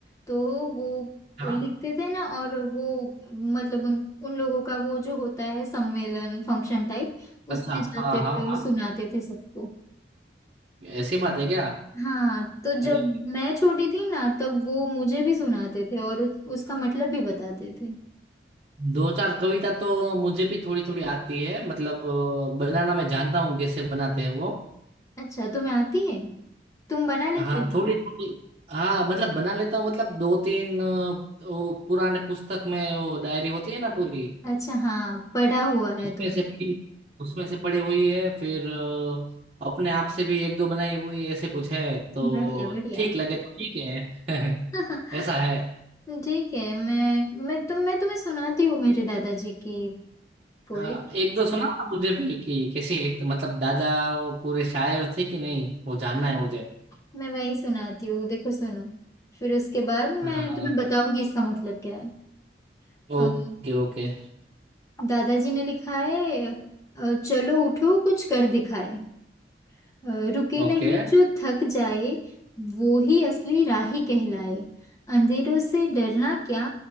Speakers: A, on the left (about 20°); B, on the right (about 35°).
A: तो वो
B: हाँ
A: लिखते थे ना और वो मतलब उन उन लोगों का वो जो होता है सम्मेलन फंक्शन टाइप
B: अच्छा
A: उसमें जाते
B: हाँ हाँ
A: थे और
B: हाँ
A: सुनाते थे सबको
B: ऐसी बात है क्या
A: हाँ तो जब
B: अरे
A: मैं छोटी थी ना तब वो मुझे भी सुनाते थे और उस- उसका मतलब भी बताते थे
B: दो चार कविता तो मुझे भी थोड़ी थोड़ी आती है मतलब अ, बनाना मैं जानता हूँ कैसे बनाते हैं वो
A: अच्छा तुम्हें आती है तुम बना लेते
B: हाँ
A: हो
B: थोड़ी थोड़ी हाँ मतलब बना लेता हूँ मतलब दो तीन अ, वो पुराने पुस्तक में वो डायरी होती है ना पूरी
A: अच्छा हाँ पढ़ा हुआ है
B: उसमें
A: तुम
B: से पड़ी उसमें से पड़ी हुई है फिर अ, अपने आप से भी एक दो बनाई हुई ऐसे कुछ है तो
A: बढ़िया बढ़िया
B: ठीक लगे तो ठीक है <laughs>
A: <laughs>
B: ऐसा है
A: ठीक है मैं मैं तुम मैं तुम्हें सुनाती हूँ मेरे दादाजी की पोएट
B: हाँ एक दो सुनाओ ना मुझे भी कि कैसे लिखते मतलब दादा वो पूरे शायर थे कि नहीं वो जानना
A: हाँ
B: है मुझे
A: मैं वही सुनाती हूँ देखो सुनो फिर उसके बाद
B: हाँ
A: मैं तुम्हें बताऊंगी इसका मतलब क्या है अ,
B: Okay okay
A: दादाजी ने लिखा है अ, चलो उठो कुछ कर दिखाए अ, रुके नहीं
B: Okay
A: जो थक जाए वो ही असली राही कहलाए अंधेरों से डरना क्या